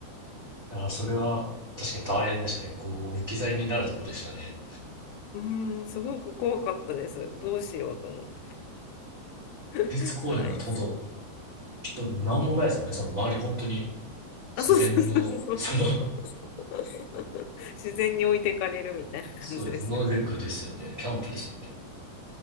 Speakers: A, on the right; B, on the left.
A: いやー、それは確かに大変ですね。こう、置き去りになるとこでしたね。
B: うーん、すごく怖かったです。どうしようと思って。<laughs>
A: 国立公園なんて本当、
B: はい。
A: きっと何もないですもんね。その周り本当に自然の、
B: あ、そうそうそうそう。
A: <laughs> その、
B: <laughs> 自然に置いてかれるみたいな感じですよね。
A: そうです。ノルディックですよね。キャンプですよね。